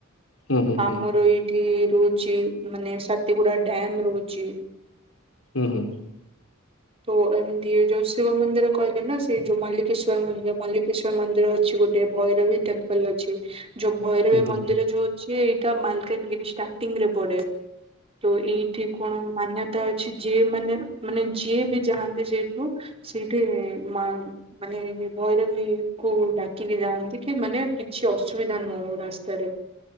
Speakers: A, on the left; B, on the right.
A: ହୁଁ ହୁଁ ହୁଁ ହୁଁ ହୁଁ
B: ଆମର ଏଇଠି ରହୁଛି ମାନେ ସାତଗୁଡା ଡ୍ୟାମ ରହୁଛି।
A: ହୁଁ ହୁଁ।
B: ତ ଏତି ଯଉ ଶିବ ମନ୍ଦିର କହ ନା ସେଇ ଯଉ ମଲିକେଶ୍ୱଵର ମଲ କଷ୍ ମନ୍ଦିର ଅଛି ଗୋଟେ, ଭୈରବୀ ଟେମ୍ପଲ ଅଛି। ଯୋଉ ଭୈରବୀ ମନ୍ଦିର
A: ହୁଁ ହୁଁ ହୁଁ ହୁଁ ହୁଁ ହୁଁ ହୁଁ
B: ଯୋଉ ସି ଏଇଟା ମାଲକାନଗିରି ଷ୍ଟାର୍ଟିଂ ରେ ବଢେ ତ ଏଇଠି କଣ ମାନ୍ୟ ଅଛି ଯିଏ ମାନେ ମାନେ ଯିଏ ବି ଯାଆନ୍ତି ସେଠୁ ସେଇଠି ମାନେ ଭୈରବୀକୁୁ ଡାକିକି ଯାଆନ୍ତି କି ମାନେ କିଛି ଅସୁବିଧା ନହଉ ରାସ୍ତାରେ।